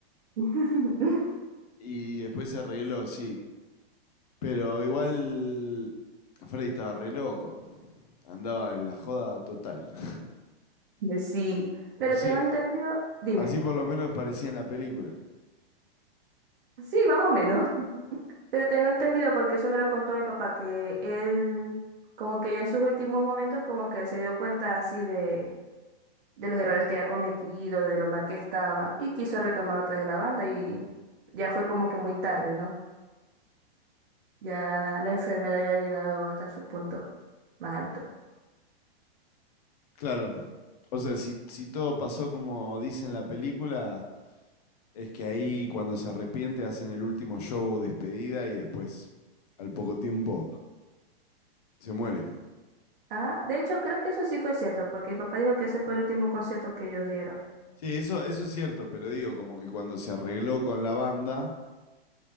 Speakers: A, on the right (about 55°); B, on the left (about 40°).
A: <laughs>
B: <laughs> y después se arregló, sí. Pero igual Freddy estaba re loco. Andaba en la joda total. <laughs>
A: Sí,
B: O
A: pero
B: sea,
A: tengo entendido... Dime.
B: así por lo menos parecía en la película.
A: Sí, más o menos. Pero tengo entendido, porque eso me lo contó mi papá, que él, como que ya en sus últimos momentos, como que se dio cuenta así de, de los errores que había cometido, de lo mal que estaba, y quiso retomar otra vez la banda, y ya fue como que muy tarde, ¿no? Ya la enfermedad ya ha llegado hasta su punto más alto.
B: Claro. O sea, si, si todo pasó como dice en la película, es que ahí cuando se arrepiente hacen el último show despedida y después, al poco tiempo, se muere.
A: Ah, de hecho, creo que eso sí fue cierto, porque mi papá dijo que ese fue el último concierto que ellos dieron.
B: Sí, eso, eso es cierto, pero digo, como que cuando se arregló con la banda,